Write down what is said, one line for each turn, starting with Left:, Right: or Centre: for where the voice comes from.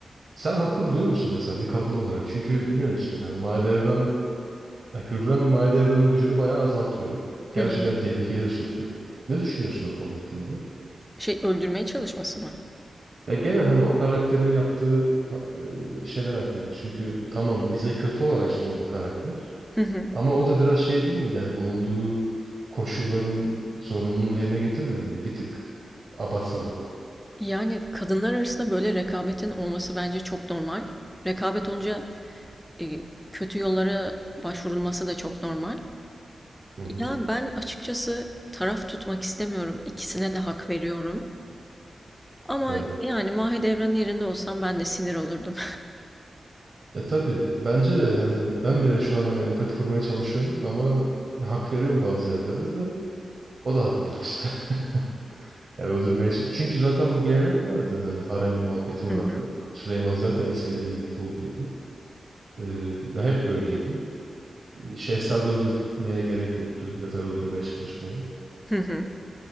Right: Sen haklı buluyor musun mesela bir kadın olarak? Çünkü biliyor musun yani Mahide Evran Ya Hürrem Mahidevran'ın gücünü bayağı azaltıyor.
Centre: Hı
Right: Gerçekten
Centre: hı.
Right: tehlikeye de sokuyor. Ne düşünüyorsun o konu hakkında?
Centre: Şey öldürmeye çalışması mı?
Right: Ya genel hani o karakterin yaptığı ha- e, şeyler hakkında. Çünkü tamam bize kötü olarak sunuldu karakter.
Centre: <laughs>
Right: Ama o da biraz şey değil miydi? Hani bulunduğu koşulların zorunluluğunu yerine getirmedi mi? Bir tık. Abatsa da.
Centre: Yani kadınlar arasında böyle rekabetin olması bence çok normal. Rekabet olunca e, kötü yollara başvurulması da çok normal.
Right: Hı hı.
Centre: Ya ben açıkçası taraf tutmak istemiyorum. İkisine de hak veriyorum. Ama
Right: Evet.
Centre: yani Mahidevran'ın yerinde olsam ben de sinir olurdum.
Right: Ya tabii bence de hani ben bile şu an hani empati kurmaya çalışıyorum ama hak veriyorum bazı yerlerde de o da haddini aştı. <laughs> Ya öldürmeye ç- Çünkü zaten bu gelenek vardı. Hani harem muhabbeti
Centre: <laughs>
Right: vardı.
Centre: Hı hı.
Right: Süleyman zaten İsa ile birlikte oluyordu. Ee, ya hep böyleydi. Ee, Şehzade öldürmeye gerek yoktu ya da öldürmeye çalışmaya.
Centre: Hı hı.